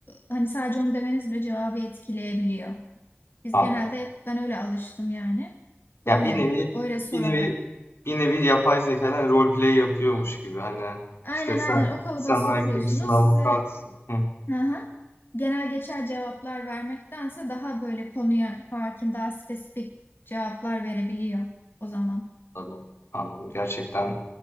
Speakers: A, on the left (about 60°); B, on the left (about 85°).
A: hani sadece onu demeniz bile cevabı etkileyebiliyor. Biz
B: Anladım.
A: genelde hep ben öyle alıştım yani.
B: Ya
A: Böyle
B: bir nevi
A: öyle sorarak.
B: bir nevi bir nevi yapay zekadan roleplay yapıyormuş gibi. Hani
A: Aynen
B: işte sen
A: aynen o kalıba
B: sen
A: sokuyorsunuz.
B: hakimsin, avukatsın.
A: Size
B: Hı,
A: hı hı, genel geçer cevaplar vermektense daha böyle konuya hakim daha spesifik cevaplar verebiliyor o zaman.
B: anladım. Anladım. Gerçekten